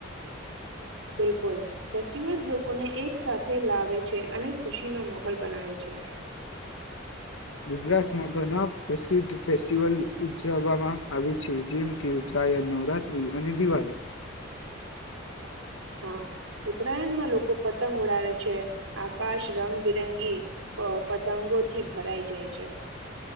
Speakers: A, on the right; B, on the left.
A: બિલકુલ ફેસ્ટિવલ્સ લોકોને એક સાથે લાવે છે અને ખુશી નો મોહોલ બનાવે છે.
B: ગુજરાતમાં ઘણા પ્રસિદ્ધ ફેસ્ટિવલ ઉજવવામા આવે છે જેમ કે ઉતરાયણ, નવરાત્રી અને દિવાલી.
A: હા ઉત્તરાયણમાં લોકો પતંગ ઉડાવે છે. આકાશ રંગબેરંગી અ પતંગોથી ભરાઈ જાય છે.